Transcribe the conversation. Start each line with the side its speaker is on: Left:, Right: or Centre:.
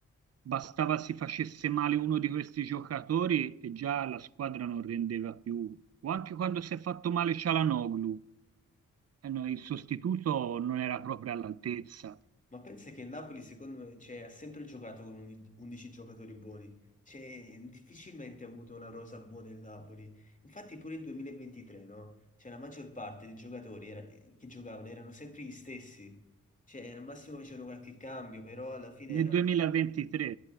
Right: bastava si facesse male uno di questi giocatori e già la squadra non rendeva più. O anche quando si è fatto male Cialanoglu, eh no, il sostituto non era proprio all'altezza.
Left: Ma pensa che il Napoli, secondo me, cioè, ha sempre giocato con un- 11 giocatori buoni. Cioè, difficilmente ha avuto una rosa buona il Napoli. Infatti pure il 2023, no? Cioè, la maggior parte dei giocatori era- che giocavano erano sempre gli stessi. Cioè, al massimo facevano qualche cambio, però alla fine
Right: Nel
Left: erano...
Right: 2023,